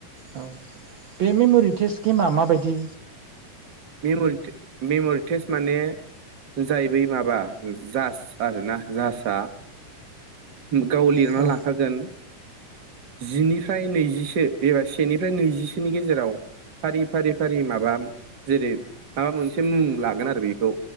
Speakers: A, on the right; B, on the right.
A: औ बे मेमरि टेस्ट गेमा माबायदि?
B: मेम'रि मेम'रि टेस्ट माने जाय बै माबा जास आरोना जासआ गाव लिरना
A: औ
B: लाखागोन जिनिफ्राय नैजिसो एबा सेनिफ्राय नैजिसोनि गेजेराव फारि फारि फारि माबा जेरै माबा मोनसे मुं लागोन आरो बिखौ